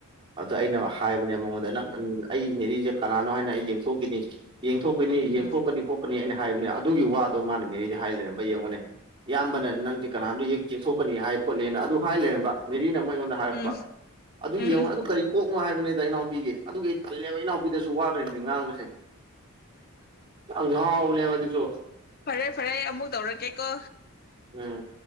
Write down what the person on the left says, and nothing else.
ꯎꯝ ꯎꯝ
ꯎꯝ ꯎꯝ
ꯎꯝ
ꯐꯔꯦ - ꯐꯔꯦ ꯑꯃꯨꯛ ꯇꯧꯔꯛꯀꯦꯀꯣ꯫